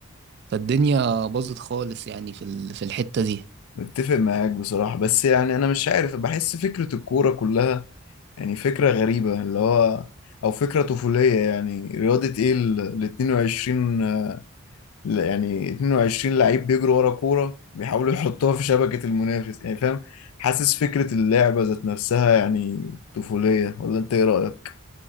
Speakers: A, on the right (about 50°); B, on the left (about 80°).
A: فالدنيا باظت خالص يعني في ال- في الحتة دي
B: متفق معاك بصراحه بس يعني انا مش عارف بحس فكره الكوره كلها يعني فكره غريبه اللي هو او فكره طفوليه يعني رياضه ايه ال 22 ل- يعني 22 لعيب بيجروا ورا كوره بيحاولوا يحطوها في شبكه المنافس يعني فاهم حاسس فكره اللعبه ذات نفسها يعني طفوليه ولا انت ايه رايك